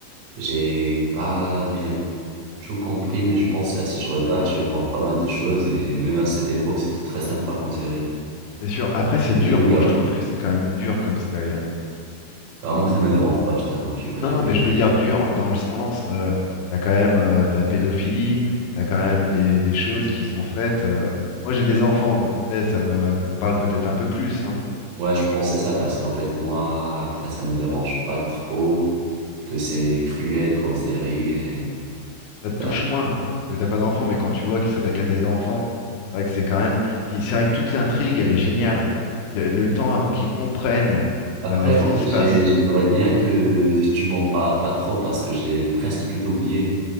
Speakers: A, on the right; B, on the left.
A: J'ai pas bien tout compris, mais je pense là, si je regarde, je vais voir pas mal de choses. Et même à cette époque, c'était très sympa comme série.
B: C'est sûr. Après, c'est
A: Parmi
B: dur.
A: les meilleures.
B: Moi, je trouve que c'est quand même dur comme série. hein.
A: Alors, moi, ça me dérange pas, je t'avoue, tu vois,
B: Non,
A: j'aime
B: non, mais
A: bien.
B: je veux dire dur dans le sens, euh, t'as quand même euh, de la pédophilie, t'as quand même des, des choses qui sont faites. euh. Moi, j'ai des enfants, donc tu sais, ça me, ça me parle peut-être un peu plus. hein.
A: Ouais, je pense que c'est ça parce qu'en fait, moi, après, ça me dérange pas trop que c'est cruel comme série. Et,
B: Ça
A: tu
B: te touche
A: vois.
B: moins, parce que t'as pas d'enfants, mais quand tu vois qu'ils s'attaquent à tes enfants, c'est vrai que c'est quand même. Puis c'est vrai que toute l'intrigue, elle est géniale. Le, le temps avant qu'ils comprennent
A: Après,
B: euh, ce
A: en
B: qui
A: fait,
B: se
A: j'ai-
B: passe.
A: j'aimerais bien que <laughs> tu m'en parles pas trop parce que j'ai presque tout oublié.